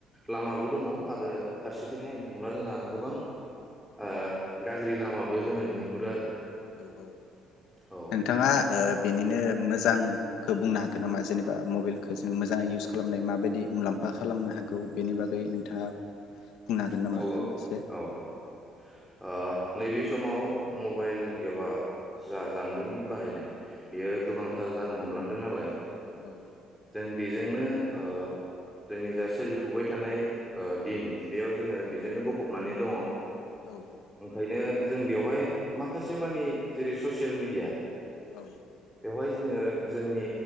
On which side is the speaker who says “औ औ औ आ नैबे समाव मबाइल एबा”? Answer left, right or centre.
Centre